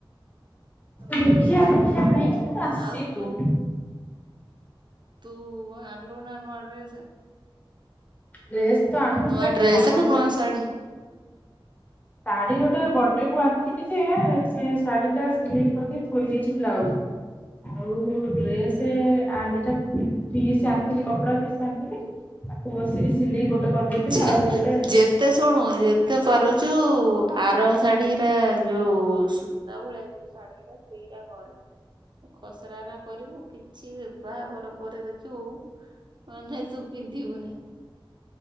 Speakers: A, on the right; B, on the left.
A: ରଜ
B: ରଖିବା
A: ହଉ
B: କଥା
A: ତାପରେ
B: <unintelligible> ପାଇଁ ତ ଆସିବୁ।
A: ଆଉ ତୁ ତୁ ଆଣିଲୁ ନା ନୁଆ ଡ୍ରେସ
B: ରେସ୍ ତ ଆଣିନି,
A: ନୂଆ
B: ଦିଟା ସମ୍ବଲପୁରି
A: ଡ୍ରେସ ନା ନୂଆ ଶାଢୀ
B: ଶାଢୀ ଗୋଟେ ବର୍ଥଡେ କୁ ଆଣିଥିଲି ଯେ, ସେ ଶାଢୀ ଟା ସିଲେଇ କରି ଥୋଇ ଦେଇଛି, ବ୍ଲାଉଜ ଆଉ ଡ୍ରେସ ଦିଟା ଫିସ୍ ଆଣିଥିଲି, କପଡା ଫିସ୍ ଆଣିଥିଲି। ତାକୁ ବସିକି। ସିଲେଇ ଗୋଟେ କରିଦେଇଥିଲି
A: ଯେ
B: ଆଉ ଗୋଟେ
A: ଯେତେ ଶୁଣୁ ତ ପାରୁଛୁ ଆର ଶାଢୀରେ ଯୋଉ ସୂତା ଭଳିଆ ଯୋଉ ଶାଢୀ, ସେଇ ଖସରା କରିବୁ, କିଛି ବାହାଘର ପରେ ଦେଖିବୁ ମାନେ ତୁ ପିନ୍ଧି ବୁ ନାଇ